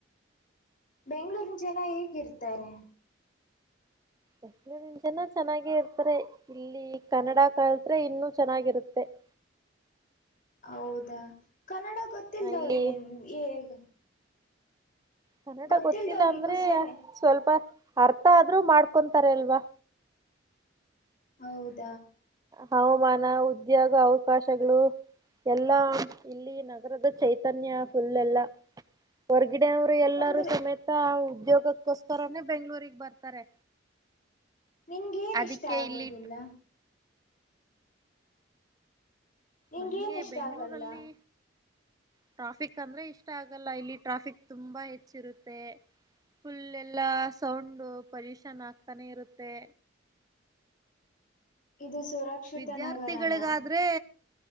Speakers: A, on the left; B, on the right.
A: ಬೆಂಗ್ಳೂರಿನ ಜನ ಹೇಗಿರ್ತಾರೆ
B: ಎೂರಿ ಜನ ಚೆನ್ನಾಗೆ ಇರ್ತಾರೆ ಇಲ್ಲಿ ಕನ್ನಡ ಕಲ್ದ್ರೆ ಇನ್ನುೂ ಚೆನ್ನಾಗಿರುತ್ತೆ <inaudible>
A: ಹೌದಾ ಕನ್ನಡ ಗೊತ್ತಿಲ್ದವ್ರು
B: ಆ ಇಲ್ಲಿ
A: ಏನು ಎನ್.
B: ಕನ್ನಡ
A: ಗೊತ್ತಿಲ್ದವ್ರಿಗೂ
B: ಗೊತ್ತಿಲ್ಲ ಅಂದ್ರೆ
A: ಸರಿ
B: ಸ್ವಲ್ಪ, ಅರ್ಥ ಆದ್ರೂ ಮಾಡ್ಕೊಂತಾರೆ ಅಲ್ವಾ.
A: ಹೌದು
B: ಹವಾಮಾನ ಉದ್ಯೋಗ ಅವು. ಅವಕಾಶಗಳು ಎಲ್ಲಾ ಇಲ್ಲಿ ನಗರದ ಚೈತನ್ಯ ಫುಲ್ ಎಲ್ಲ ವರ್ಗ ಗಿಡವರು ಎಲ್ಲರೂ
A: ಅಂದ್ರೆ
B: ಸಮೇತ ಉದ್ಯೋಗಕ್ಕೋಸ್ಕರನೇ ಬೆಂಗಳೂರಿಗೆ ಬರ್ತಾರೆ.
A: ನಿನ್ಗೇನ್
B: ಅದಕ್ಕೆ
A: ಇಷ್ಟ ಆಗೋದಿಲ್ಲ.
B: ಇಲ್ಲಿ
A: ನಿಂಗ್
B: ನಂಗೆ
A: ಏನ್ ಇಷ್ಟ
B: ಬೆಂಗ್ಳೂರಲ್ಲಿ
A: ಆಗಲ್ಲ.
B: ಟ್ರಾಫಿಕ್ ಅಂದ್ರೆ ಇಷ್ಟ ಆಗಲ್ಲ ಇಲ್ಲಿ ಟ್ರಾಫಿಕ್ ತುಂಬಾ ಹೆಚ್ಚಿರುತ್ತೆ. ಫುಲ್ ಎಲ್ಲಾ ಸೌಂಡ್ ಪೊಲ್ಲ್ಯೂಷನ್ ಆಗ್ತಾನೆ ಇರುತ್ತೆ.
A: ಇದು ಸುರಕ್ಷಿತ
B: ವಿದ್ಯಾರ್ಥಿಗಳಿಗಾದ್ರೆ
A: ನಗರನಾ.